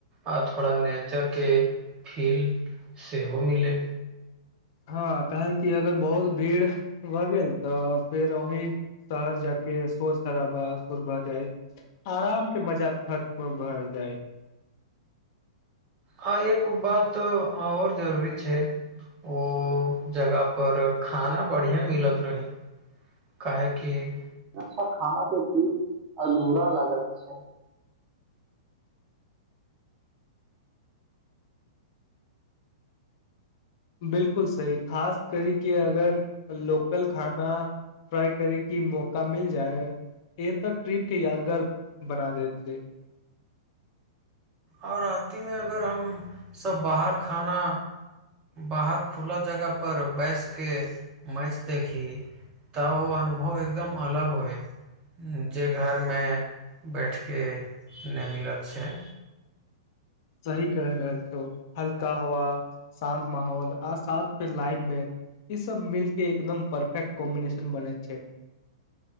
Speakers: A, on the right (about 30°); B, on the left (about 45°).
A: आओर थोड़ा नेचर के फील्ड सेहो मिलै
B: हँ काहे कि अगर बहुत भीड़ भऽ गेल तऽ फेर ओहहि शहर जाक सोर शराबा शुरबा जाय आराम के मजा खत्म भ जायत
A: ह एगो बात आओर जरूरी छै ओ जगह पर खाना बढ़िया मिलत रहै काहेकि अच्छा खाना जे द अधूरा लागत छै
B: बिल्कुल सही खास करी के अगर लोकल खाना ट्राइ करै की मौका मिल जाय य तऽ ट्रिप के यादगार बना दे छैै
A: आओर रातीमे अगर हम सब बाहर खाना बाहर खुला जगह पर बैस के मैच देखी तऽ ओ अनुभव एकदम अलग होएत जे घरमे बैठिके नहि मिलत छै
B: सही कहि रहल छ हल्का हवा शान्त माहौल आ साथ फेर लाइफ मे इ सब मिल के एकदम परफेक्ट कॉम्बिनेशन बने छै